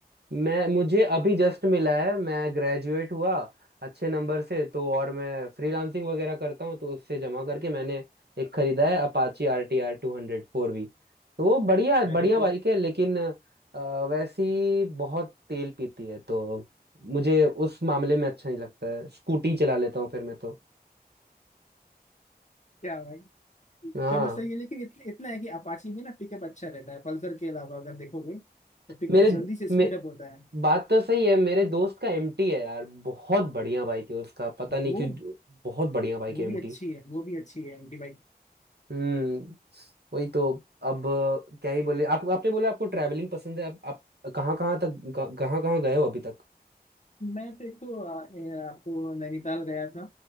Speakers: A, on the right; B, on the left.
A: मैं मुझे अभी जस्ट मिला है मैं ग्रेजुएट हुआ अच्छे नंबर से तो और मैं फ्रीलांसिंग वगैरह करता हूँ तो उससे जमा करके मैंने एक खरीदा है Apache R T R two hundred four V तो वो बढ़िया
B: Very
A: बढ़िया
B: good
A: बाइक है लेकिन अ, वैसी बहुत तेल पीती है तो मुझे उस मामले में अच्छा नहीं लगता है स्कूटी चला लेता हूँ फिर मैं तो
B: क्या भाई
A: हाँ
B: चलो सही है लेकिन इतन, इतना है कि अपाची में ना पिकअप अच्छा रहता है पल्सर के अलावा अगर देखोगे तो पिकअप
A: मेरे
B: जल्दी से स्पीड
A: मे,
B: अप होता है
A: बात तो सही है मेरे दोस्त का एमटी है यार बहुत बढ़िया बाइक है उसका पता नहीं
B: वो
A: क्यों बहुत बढ़िया बाइक
B: वो
A: है एमटी।
B: भी अच्छी है वो भी अच्छी है एमटी बाइक
A: हम्म वही तो अब क्या ही बोले आपको आपने बोला आपको ट्रैवलिंग पसंद है आप, आप कहाँ कहाँ तक कहाँ कहाँ गए हो अभी तक
B: मैं तो एक तो अ, ए, आपको नैनीताल गया था